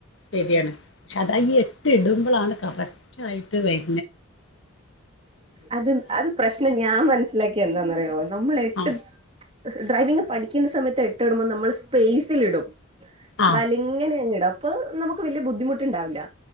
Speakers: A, on the left; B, on the right.
A: ശരിയാണ് പക്ഷേ അതാ ഈ എട്ട് ഇടുമ്പളാണ് കറക് റ്റായിട്ട് വയ്
B: അത് അത് പ്രശ്ന ഞാൻ മനസ്സിലാക്കി എന്താന്നറിയോ നമ്മള് എട്ട്
A: ആ
B: ഡ്രൈവിംഗ് പഠിക്കുന്ന സമയത്ത് എട്ടിടുമ്പൊ നമ്മള് സ്പേസിൽ ഇടും
A: ആ
B: വല്ങ്ങനെ അങ്ങ് ഇടും പ്പൊ നമുക്ക് വല്ല്യ ബുദ്ധിമുട്ടിണ്ടാവില്ല